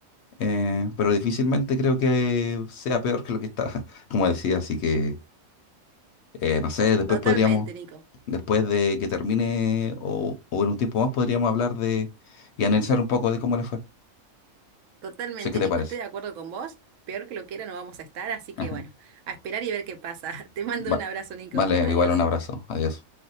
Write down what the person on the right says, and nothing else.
Totalmente,
Nico.
Sí.
Totalmente,
Nico,
estoy de acuerdo con vos. Peor que lo quiera no vamos a estar, así que
bueno, a esperar y ver qué pasa. <laughs> Te mando
un abrazo, Nico.
Adiós.